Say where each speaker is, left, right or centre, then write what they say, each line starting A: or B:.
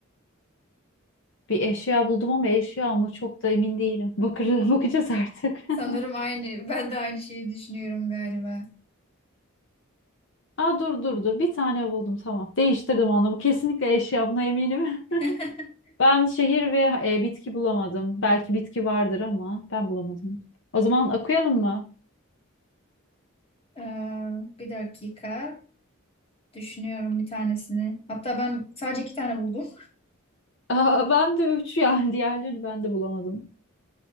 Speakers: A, on the left; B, on the left.
A: Bir eşya buldum ama eşya mı çok da emin değilim. Bakır, <laughs> bakacağız artık.
B: Sanırım
A: <laughs>
B: aynı. Ben de aynı şeyi düşünüyorum galiba.
A: Aa, dur dur dur bir tane buldum tamam. Değiştirdim onu. Bu kesinlikle eşya buna eminim.
B: <laughs>
A: <laughs> Ben şehir ve e, bitki bulamadım. Belki bitki vardır ama ben bulamadım. O zaman okuyalım mı?
B: Ee, bir dakika. Düşünüyorum bir tanesini. Hatta ben sadece iki tane buldum.
A: Aa, ben de üç yani diğerlerini ben de bulamadım.